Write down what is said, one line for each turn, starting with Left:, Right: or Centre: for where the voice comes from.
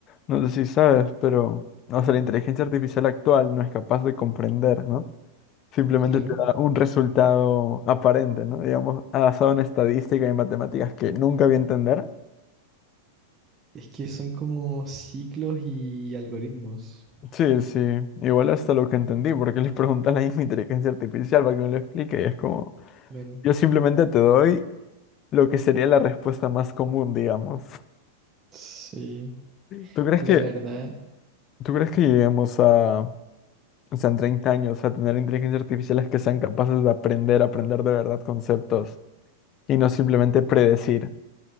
Left: no sé si sabes, pero, o sea, la inteligencia artificial actual no es capaz de comprender, ¿no? Simplemente
Right: claro.
Left: te da un resultado aparente, ¿no? Digamos, basado en estadística y en matemáticas que nunca voy a entender,
Right: Es que son como ciclos y algoritmos,
Left: Sí, sí, igual hasta lo que entendí, porque les preguntan la misma inteligencia artificial para que me lo explique y es como,
Right: claro.
Left: yo simplemente te doy lo que sería la respuesta más común, digamos.
Right: Sí.
Left: ¿Tú crees
Right: Mira,
Left: que,
Right: la verdad,
Left: tú crees que lleguemos a, o sea, en 30 años a tener inteligencias artificiales que sean capaces de aprender, aprender de verdad conceptos y no simplemente predecir?